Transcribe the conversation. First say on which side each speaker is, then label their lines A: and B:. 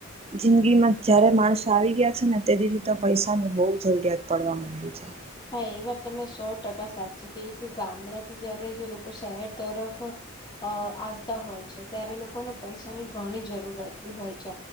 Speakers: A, on the right (about 30°); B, on the left (about 20°).
A: જિંદગી માં જયારે માણસો આવી ગયા છેને, તે દથી તો પૈસાની બહુ જરૂરિયાત પડવાવામાં એ છે.
B: હા એ વાત તમે સો ટકા સાચી કે કે ગામડાથી જયારે જે લોકો શહેર તરફ અ આવતા હોય છે ત્યારે લોકોને પૈસાની ઘણી જરૂર રહેતી હોય છે.